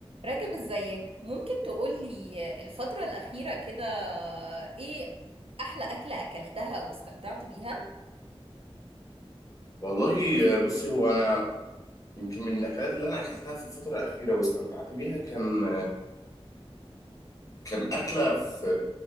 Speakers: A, on the right; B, on the left.
A: راجب ازيك ممكن تقولي الفترة الأخيرة كده ايه أحلى أكلة أكلتها واستمتعت بيها
B: والله بصي هو انا يمكن من الاكلات اللي انا اكلتها في الفتره الاخيره واستمتعت بيها كان كان اكله في